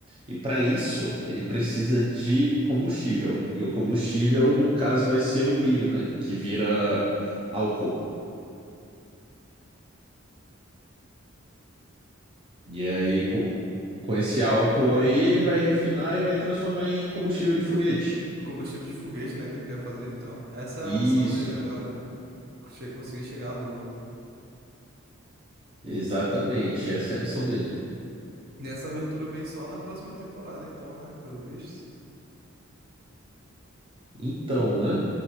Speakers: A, on the right; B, on the right.
A: E para isso, ele precisa de combustível. E o combustível, no caso, vai ser o milho, né? Que vira álcool. E aí, com, com esse álcool aí, ele vai refinar e vai transformar em combustível de foguete.
B: O combustível de foguete, né, que ele quer fazer, então. Essa
A: Isso,
B: é a missão dele agora, né? Che- Conseguir chegar à Lua.
A: exatamente. Essa é a missão dele.
B: E essa aventura vem só na próxima temporada, então, né? Pelo visto.
A: Então, né?